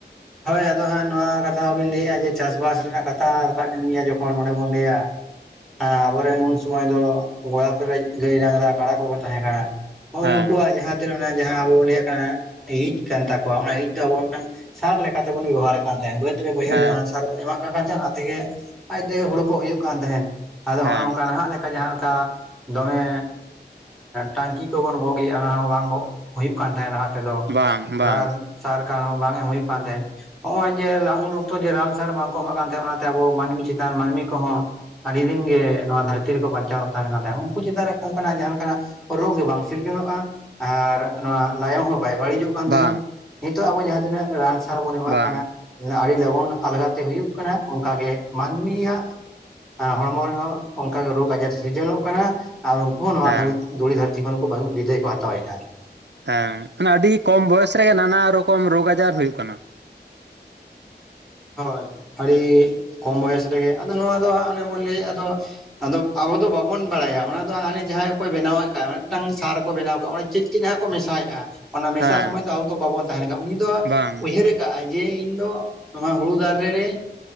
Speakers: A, in the centre; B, on the right (about 80°).
A: ᱦᱳᱭ ᱟᱫᱚ ᱦᱟᱸᱜ ᱱᱚᱣᱟ ᱠᱟᱛᱷᱟ ᱦᱚᱸᱵᱮᱱ ᱞᱟᱹᱭᱮᱫᱼᱟ ᱡᱮ ᱪᱟᱥᱵᱟᱥ ᱨᱮᱱᱟᱜ ᱠᱟᱛᱷᱟ ᱨᱟᱠᱟᱵ ᱢᱮᱱᱟᱜ ᱜᱮᱭᱟ ᱡᱚᱠᱷᱚᱱ ᱱᱚᱸᱰᱮ ᱵᱚᱱ ᱞᱟᱹᱭᱟ᱾ ᱟᱵᱚᱨᱮᱱ ᱩᱱ ᱥᱩᱚᱢᱚᱭ ᱫᱚ ᱜᱚᱲ ᱯᱮᱨᱮᱡ ᱜᱟᱹᱭ ᱰᱟᱝᱨᱟ ᱠᱟᱰᱟ ᱠᱚᱠᱚ ᱛᱟᱦᱮᱸ ᱠᱟᱱᱟ᱾ ᱱᱚᱜᱼᱚᱭ
B: ᱦᱮᱸ
A: ᱩᱱᱩᱠᱩᱣᱟᱜ ᱡᱟᱦᱟᱸ ᱛᱮ ᱡᱟᱦᱟᱸ ᱟᱵᱚ ᱵᱚᱱ ᱞᱟᱹᱭᱭᱟᱜ ᱠᱟᱱᱟ ᱤᱡ ᱠᱟᱱ ᱛᱟᱠᱚᱣᱟ ᱚᱱᱟ ᱤᱡ ᱫᱚ ᱟᱵᱚ ᱢᱤᱫᱴᱟᱝ ᱥᱟᱨ ᱞᱮᱠᱟᱛᱮᱵᱚᱱ ᱵᱮᱵᱚᱦᱟᱨᱮᱫ ᱠᱟᱱ ᱛᱟᱦᱮᱸᱫ ᱵᱟᱹᱭᱫ ᱨᱮ ᱵᱟᱹᱭᱦᱟᱹᱲ
B: ᱦᱮᱸ
A: ᱨᱮ ᱚᱱᱟ ᱥᱟᱨ ᱵᱚᱱ ᱮᱢᱟᱜ ᱠᱟᱜ ᱠᱟᱱ ᱛᱟᱦᱮᱸᱫ ᱚᱱᱟ ᱛᱮᱜᱮ ᱟᱡᱛᱮᱜᱮ ᱦᱩᱲᱩ ᱠᱚ ᱦᱩᱭᱩᱜ ᱠᱟᱱ ᱛᱟᱦᱮᱸᱫ ᱟᱫᱚ ᱱᱚᱜᱼᱚ
B: ᱦᱮᱸ
A: ᱱᱚᱝᱠᱟ ᱱᱟᱦᱟᱜ ᱞᱮᱠᱟ ᱡᱟᱦᱟᱸ ᱞᱮᱠᱟ ᱫᱚᱢᱮ ᱴᱟᱝᱠᱤ ᱠᱚᱵᱚᱱ ᱜᱚᱜ ᱮᱼᱟ ᱚᱱᱟᱦ ᱵᱟᱝ ᱦᱩᱭᱩᱜ ᱠᱟᱱ ᱛᱟᱦᱮᱸᱫ ᱞᱟᱦᱟ ᱛᱮᱫᱚ
B: ᱵᱟᱝ ᱵᱟᱝ
A: ᱨᱟᱱ ᱥᱟᱨᱠᱟᱨ ᱦᱚᱸ ᱵᱟᱝ ᱮᱢ ᱦᱩᱭᱩᱜ ᱠᱟᱱ ᱛᱟᱦᱮᱸᱫ᱾ ᱱᱚᱜᱼᱚᱭ ᱡᱮ ᱩᱱ ᱚᱠᱛᱚ ᱡᱮ ᱨᱟᱱ ᱥᱟᱨ ᱵᱟᱝᱠᱚ ᱮᱢᱟᱜ ᱠᱟᱱ ᱛᱟᱦᱮᱸᱱᱟ ᱚᱱᱟᱛᱮ ᱟᱵᱚ ᱢᱟᱹᱱᱢᱤ ᱪᱮᱛᱟᱱ ᱢᱟᱹᱱᱢᱤ ᱠᱚᱦᱚᱸ ᱟᱹᱰᱤ ᱫᱤᱱ ᱜᱮ ᱱᱚᱣᱟ ᱫᱷᱟᱹᱨᱛᱤ ᱨᱮᱠᱚ ᱵᱟᱧᱪᱟᱣ ᱛᱟᱦᱮᱱ ᱠᱟᱱ ᱛᱟᱦᱮᱸᱫ ᱩᱱᱠᱩ ᱪᱮᱛᱟᱱ ᱨᱮ ᱚᱱᱠᱟᱱᱟᱜ ᱡᱟᱦᱟᱸ ᱞᱮᱠᱟᱱᱟᱜ ᱨᱳᱜ ᱜᱮ ᱵᱟᱝ ᱥᱤᱨᱡᱚᱱᱚᱜᱼᱟ ᱟᱨ ᱱᱚᱣᱟ ᱞᱟᱭᱚᱝ ᱦᱚᱸ ᱵᱟᱭ ᱵᱟᱹᱲᱤᱡᱚᱜ ᱠᱟᱱᱟ᱾ ᱛᱟᱦᱮᱸᱱ
B: ᱵᱟᱝ
A: ᱱᱤᱛᱚᱜ ᱟᱵᱚ ᱡᱟᱦᱟᱸ ᱛᱤᱱᱟᱹᱜ ᱨᱟᱱ ᱥᱟᱨ ᱵᱚᱱ ᱮᱢᱟᱜ
B: ᱵᱟᱝ
A: ᱠᱟᱱᱟ ᱟᱹᱰᱤ ᱞᱚᱜᱚᱱ ᱟᱞᱜᱟᱛᱮ ᱦᱩᱭᱩᱜ ᱠᱟᱱᱟ ᱚᱱᱠᱟᱜ ᱜᱮ ᱢᱟᱹᱱᱢᱤᱭᱟᱜ ᱦᱚᱲᱢᱚ ᱨᱮᱦᱚᱸ ᱚᱱᱠᱟᱜᱮ ᱨᱳᱜᱽ ᱟᱡᱟᱨ ᱥᱤᱨᱡᱚᱱᱚᱜ ᱠᱟᱱᱟ ᱟᱨ ᱩᱱᱦ ᱱᱚᱣᱟ
B: ᱦᱮᱸ
A: ᱫᱷᱩᱲᱤ ᱫᱷᱟᱹᱨᱛᱤ ᱠᱷᱚᱱ ᱵᱤᱫᱟᱹᱭ ᱠᱚ ᱦᱟᱛᱟᱣᱮᱫᱼᱟ᱾
B: ᱦᱮᱸ ᱢᱟᱱᱮ ᱟᱹᱰᱤ ᱠᱚᱢ ᱵᱚᱭᱚᱥ ᱨᱮ ᱱᱟᱱᱟ ᱨᱚᱠᱚᱢ ᱨᱳᱜᱽ ᱟᱡᱟᱨ ᱦᱩᱭᱩᱜ ᱠᱟᱱᱟ᱾
A: ᱦᱳᱭ ᱟᱹᱰᱤ ᱠᱚᱢ ᱵᱚᱭᱮᱥ ᱨᱮᱜᱮ ᱟᱫᱚ ᱱᱚᱣᱟ ᱫᱚ ᱦᱟᱸᱜ ᱚᱱᱮ ᱵᱚᱱ ᱞᱟᱹᱭᱮᱫ ᱟᱫᱚ ᱟᱫᱚ ᱟᱵᱚ ᱫᱚ ᱵᱟᱵᱚᱱ ᱵᱟᱲᱟᱭᱟ ᱚᱱᱟ ᱫᱚ ᱦᱟᱱᱮ ᱡᱟᱦᱟᱸᱭ ᱠᱚᱭ ᱵᱮᱱᱟᱣᱮᱫ ᱠᱟᱱᱣᱟ ᱢᱤᱫᱴᱟᱝ ᱥᱟᱨ ᱨᱮ ᱠᱚ ᱵᱮᱱᱟᱣ ᱟᱠᱟᱫᱼᱟ ᱚᱱ ᱪᱮᱫ ᱪᱮᱫ ᱦᱟᱜ ᱠᱚ ᱢᱮᱥᱟᱣᱮᱫᱼᱟ᱾ ᱚᱱᱟ ᱢᱮᱥᱟ
B: ᱦᱮᱸ
A: ᱥᱚᱢᱚᱭ ᱫᱚ ᱟᱵᱚ ᱫᱚ ᱵᱟᱵᱚᱱ ᱛᱟᱦᱮᱱ ᱠᱟᱱᱟ ᱩᱱᱤ ᱫᱚ
B: ᱵᱟᱝ
A: ᱩᱭᱦᱟᱹᱨ ᱠᱟᱜ ᱟᱭ ᱡᱮ ᱤᱧ ᱫᱚ ᱱᱚᱣᱟ ᱦᱩᱲᱩ ᱫᱟᱨᱮ ᱨᱮ